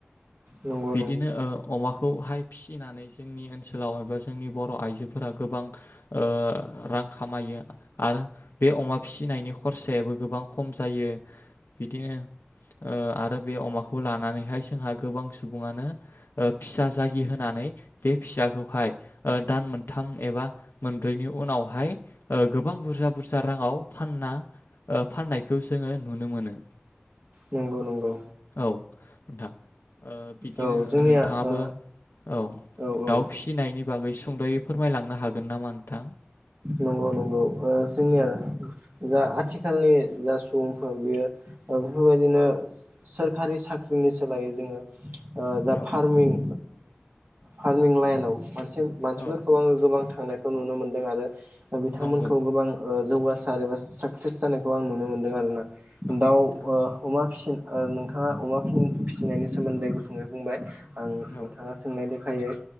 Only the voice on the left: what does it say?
बिदिनो अमाखौहाय फिनानै जोंनि ओनसोलाव एबा जोंनि बर' आइजोफोरा गोबां ओ रां खामायो। आरो बे अमा फिनायनि खरसायाबो गोबां खम जायो। बिदिनो आरो बे अमाखौ लानानैहाय जोंहा गोबां सुबुङानो फिसा जागि होनानै बे फिसाखौहाय दान मोनथाम एबा मोनब्रैनि उनावहाय गोबां बुरजा बुरजा राङाव फानना फाननायखौ जोङो नुनो मोनो।
औ नोंथां ओ बिदिनो
नोंथाङाबो
औ
दाउ फिसिनायनि बागै सुंद'यै फोरमायलांनो हागोन नामा नोंथां?
औ
औ
औ
नंगौ
नंगौ
नोंथां
औ